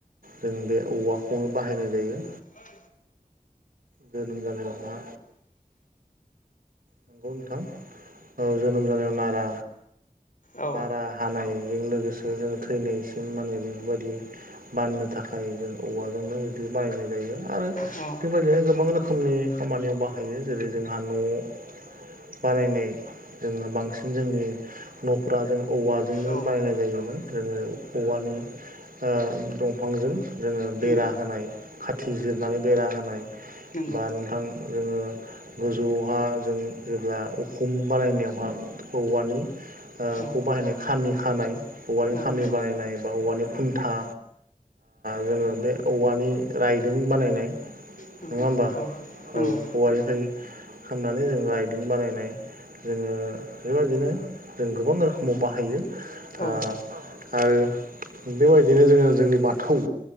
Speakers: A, on the right; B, on the left.
A: जों बे औवाखौनो बाहायनाय जायो।
B: औ
A: जोनोम जानायावहा नोंगौ नोंथां औ जोनोम जानायाव नारा
B: औ
A: नारा हानायजों लोगोसे जों थैनायसिम माने बेफोरबायदि बाननो थाखाय जों औवाजोंनो बिदि बानायनाय जा यो आरो
B: औ
A: बेबायदिनो गोबां रोखोमनि खामानियाव बाहायो जेरै जोंहा न' बानायनाय जों बांसिन जोंनि न'फोरा जों औवा जोंनो
B: औ
A: बानायनाय जायोमोन जोङो औवानि ओ दंफांजों जोङो
B: उम
A: बेरा होनाय खाथि जिरनानै बेरा होनाय
B: नंगौ
A: बा नोंथां जोङो गोजौआवहा जों जेब्ला उखुम बानायनायावहा औवा ओ निखौ
B: औ
A: बाहायनाय खामि खानाय औवानि
B: औ
A: खामानि बानायनाय बा औवानि खुन्था जोङो बे औवानि रायदों बानायनाय
B: औ
A: नङा होमबा
B: औ नंगौ
A: औ औवानिफ्राय खनानै जों राइदिं बानायनाय जोङो बेबायदिनो जों गोबां रोखोमाव बाहायो ओ
B: औ
A: आरो बेबायदिनो जोङो जोंनि बाथौ